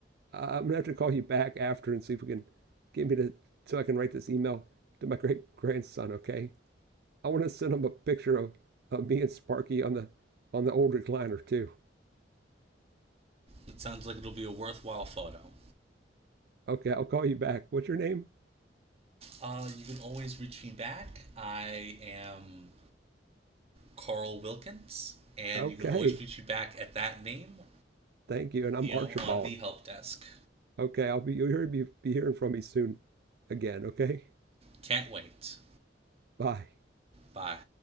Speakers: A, on the right (about 60°); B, on the right (about 35°).
A: I'm gonna have to call you back after and see if we can get me to so I can write this email to my great grandson, okay? I wanna send him a picture of, of me and Sparky on the on the old recliner too.
B: It sounds like it'll be a worthwhile photo.
A: Okay, I'll call you back. What's your name?
B: Uh, you can always reach me back. I am Carl Wilkins, and
A: Okay.
B: you can always reach me back at that name,
A: Thank you. And I'm
B: you
A: Archibald.
B: know, on the help desk.
A: Okay, I'll be you'll be, be hearing from me soon again, okay?
B: Can't wait.
A: Bye.
B: Bye.